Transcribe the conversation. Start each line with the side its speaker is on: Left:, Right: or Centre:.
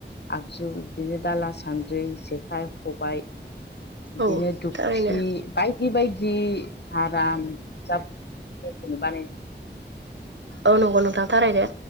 Left: आगजु बिदिनो दाला सान्द्रि जेखाइ ख बाय बिदिनो
Right: औ
Left: दुखि
Right: थारैनो
Left: बायदि बायदि हारा ज बानाय
Right: औ नंगौ नोंथां थारैनो